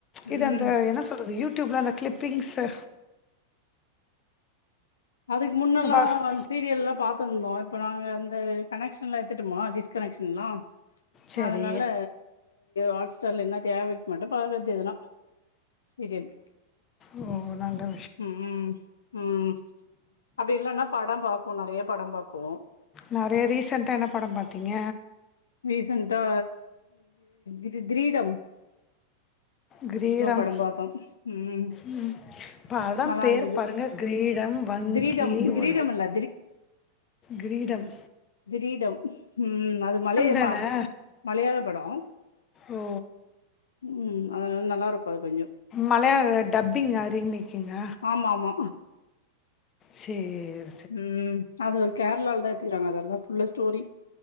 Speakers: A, on the left (about 70°); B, on the left (about 25°).
A: ம்
B: இது அந்த என்ன சொல்றது யூடூப்ல அந்த கிளிப்பிங்ஸ்ஸு
A: அதுக்கு முன்னல்லா
B: வரும்
A: சீரியல்லா பாத்துருந்தோ இப்போ நாங்க இந்த கனெக்ஷன்லா எடுத்துட்டொமா டிஸ்கனெக்ஷன்லா
B: சரி
A: அதனால ஹாட்ஸ்டார்ல என்ன தேவைக் மட்டு பாக்றது எதுனா சீரியல்
B: ஓ நல்லது
A: உம் உம் உம் அப்படி இல்லன்னா படம் பாக்கு நெறைய படம் பாக்கூ
B: நெறைய ரீசன்டா என்ன படம் பாத்தீங்க
A: ரீசென்டா இது க்ரீடம்
B: க்ரீடம்
A: படம் பாத்தோ ம்
B: ம் படம்
A: நல்லா
B: பேர்
A: இருந்தது
B: பாருங்க க்ரீடம் வங்கி
A: திரீடம் கிரீடம்
B: ஒ
A: இல்ல
B: க்ரீடம்
A: க்ரீடம் உம் அது மலையமா
B: தானே
A: மலையாள படோ
B: ஓ
A: ம் அதனால நல்லா இருக்கு அது கொஞ்சோ
B: மலையாள டப்பிங்கு ரீமேக்கிங்க
A: ஆமா ஆமா
B: சேர்
A: ம் அது ஒரு கேரளாலதா எத்துகிறாங்க அதெல்லா ஃபுல்லா ஸ்டோரி